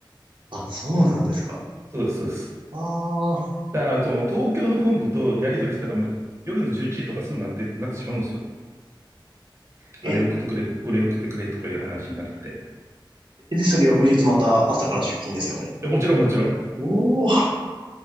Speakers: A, on the right; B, on the right.
A: あ、そうなんですか。
B: そうです、そうです。
A: ああ。
B: だから、その東京の本部とやり取りしたら、もう夜の11時とかすぐなってる、なってしまうんですよ。あれ送ってくれ、
A: え、
B: これ送ってくれとかいう話になるって。い
A: で、それ翌日また朝から出勤ですよね。
B: やもちろん、もちろん。
A: おお、